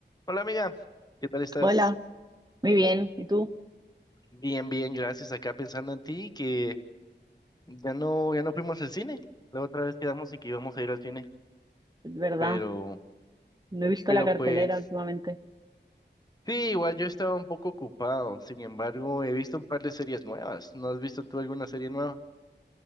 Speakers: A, on the left; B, on the right.
A: Hola amiga, ¿qué tal estás?
B: Hola, muy bien. ¿Y tú?
A: Bien, bien, gracias. Acá pensando en ti, que ya no, ya no fuimos al cine. La otra vez quedamos y que íbamos a ir al cine,
B: Es ¿Verdad?
A: pero,
B: No he visto
A: pero
B: la cartelera
A: pues,
B: últimamente.
A: sí, igual yo estaba un poco ocupado. Sin embargo, he visto un par de series nuevas. ¿No has visto tú alguna serie nueva?